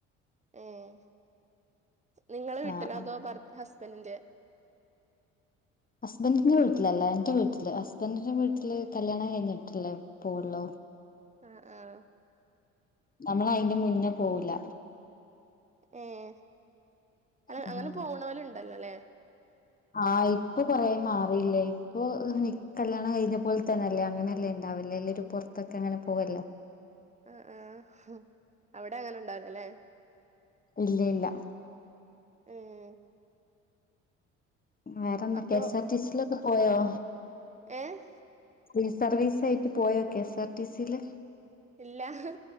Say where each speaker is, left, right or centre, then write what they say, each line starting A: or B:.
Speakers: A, on the right; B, on the left.
A: ഏഹ് നിങ്ങെളെ വീട്ട്ല്
B: ആഹ് ആഹ്
A: അതോ ഭർത് ഹസ്ബെന്റിന്റെ
B: ഹസ്ബന്റിന്റെ വീട്ടിലല്ലാ എന്റെ വീട്ടില് ഹസ്ബന്റിന്റെ വീട്ടില് കല്ല്യാണം കയ്ഞ്ഞിട്ട്ല്ലേ പോവാെള്ളു
A: അഹ് ആഹ്
B: നമ്മളയ്ന് മുന്നെ പോവുല്ലാ
A: ഏഹ് അതൽ
B: ആഹ്
A: അങ്ങെനെ പോണോല്ണ്ടല്ലാെലേ
B: ആഹ് ഇപ്പൊ കൊറേ മാറീല്ലേ ഇപ്പൊ നി കല്ല്യാണം കയ്ഞ്ഞ പോൽ തന്നെല്ലേ അങ്ങെനെല്ലേണ്ടാവെല് ലെരു പൊർത്തൊക്കെ അങ്ങെനെ പോവെല്ലോ
A: അഹ് ആഹ് ഹും അവ്ടെ അങ്ങെനെണ്ടാവ്‌ലലേ
B: ഇല്ല്യ ഇല്ലാ
A: ഏഹ്
B: വേറെന്താ
A: അപ്പൊ
B: കെ എസ് ആർ ടി സീലൊക്കെ പോയോ
A: ഏഹ്
B: ഫ്രീ സർവീസായ്ട്ട് പോയോ കെ എസ് ആർ ടി സീല്
A: ഇല്ലാ ഹ്